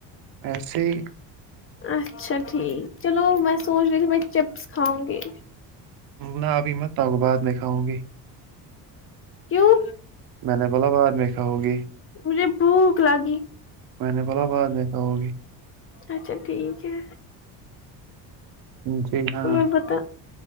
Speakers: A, on the right; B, on the left.
A: ایسے ہی
B: اچھا ٹھیک چلو میں سوچ رہی تھی بائی چپس کھاؤ گی
A: نہ ابھی میںت کو بعات نہیں کھاؤں گی
B: کیوں
A: میں نے بولا بعد میں کھاؤ گے
B: مجھے بھوک لگی
A: میں نے فلاباد دیکھا ہوگی
B: اچھا ٹھیک ہے
A: جی ہاں
B: اور بتا